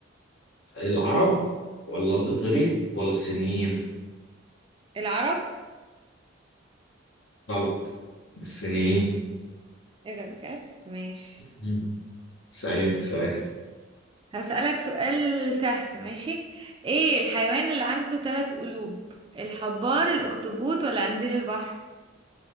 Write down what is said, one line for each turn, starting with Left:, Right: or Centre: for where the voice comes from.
Left: العرب ولا الإغريق ولا الصينيين؟
Right: العرب
Left: غلط الصينيين
Right: ايه ده بجد ماشي
Left: مم. اسألي أنت سؤال
Right: هسألك سؤال سهل ماشي ايه الحيوان اللي عنده ثلاث قلوب الحبار الاخطبوط ولا قنديل البحر